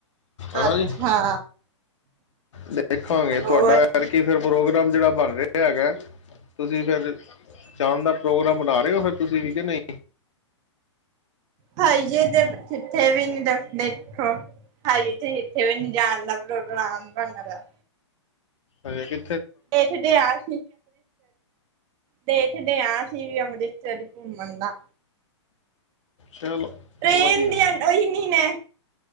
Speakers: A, on the left (about 75°); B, on the right (about 25°).
A: ਹਨਾ
B: ਅੱਛਾ।
A: ਜੀ ਦੇਖਾਂਗੇ
B: ਹਾਂ ਹੋਰ
A: ਤੁਆਡਾ ਐਰਕੀ ਫਿਰ ਪ੍ਰੋ ਗਰਾਮ ਜੇੜਾ ਬਣ ਰਿਆ ਹੈਗੈ, ਤੁਸੀ ਫੇਰ ਸ਼ਾਮ ਦਾ ਪ੍ਰੋਗਰਾਮ ਬਣਾ ਰਹੇ ਔ ਫਿਰ ਤੁਸੀ ਵੀ ਕਿ ਨਈ।
B: ਹਜੇ ਤੇ ਜਿੱਥੇ ਵੀ ਨੀ ਦਸ ਦੇਖੋ ਹਜੇ ਤੇ ਇੱਥੇ ਵੀ ਨੀ ਜਾਣ ਦਾ ਪ੍ਰੋਗਰਾਮ ਬਣਦਾ ਪਿਆ।
A: ਹਜੇ ਕਿੱ
B: ਇੱਥੇ ਤੇ ਆ <unintelligible> ਤੇ ਇਠੇ ਡੇ ਆਸੀ ਵੀ ਅੰਮ੍ਰਿਤਸਰ ਘੁੰਮਣ ਦਾ
A: ਚਲੋ
B: ਟ੍ਰੇਨ
A: ਵਧੀਆ
B: ਦੀਆ ਔਹੀ ਨੀ ਨੈ।